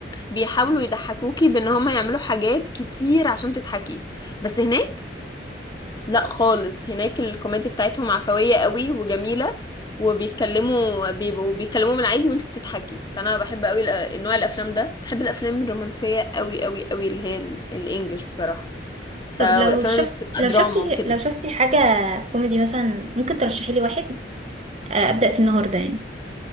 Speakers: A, on the left; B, on the right.
A: بيحاولوا يضحكوكي بان هما يعملوا حاجات كتير عشان تضحكي بس هناك لا خالص هناك الكوميديا بتاعتهم عفوية قوي وجميلة وبيتكلموا بيبقوا بيتكلموا بالعادي وانت بتضحكي فانا بحب قوي الأ- نوع الافلام ده بحب الافلام الرومانسية قوي قوي قوي اللي هي ال- الانجليش بصراحة ف
B: طب
A: والافلام
B: لو شفت
A: اللي بتبقى
B: لو
A: دراما
B: شفتي
A: وكده
B: لو شفتي حاجة كوميدي مثلا ممكن ترشحي لي واحد آه، أبدأ في النهاردة يعني